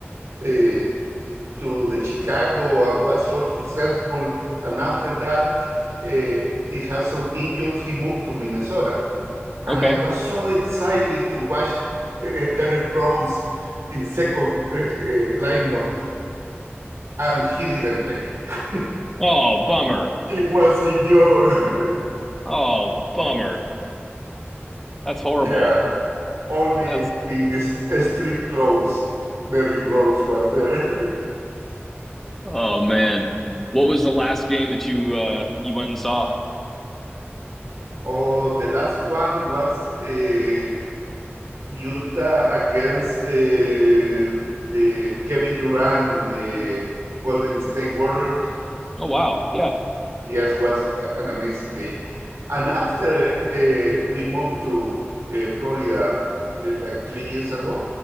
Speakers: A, on the right (about 85°); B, in the centre.
A: uh, to the Chicago and was so successful, and after that uh, he had some injury, he moved to Minnesota, and
B: Okay.
A: I was so excited to watch uh, Derrick Rose in second uh, uh, line of, and he didn't play. <laughs>
B: Oh, bummer.
A: He was injured.
B: Oh, bummer.
A: <laughs>
B: That's horrible.
A: Yeah. only
B: That's
A: in this street clothes, Derrick Rose was there. <laughs>
B: oh man. What was the last game that you uh you went and saw?
A: Oh, the last one was uh, Utah against uh, the Kevin Durant uh, Golden State Warriors.
B: Oh wow. Yeah.
A: Yes, was an amazing game. And after uh, we moved to uh, Florida uh, like three years ago,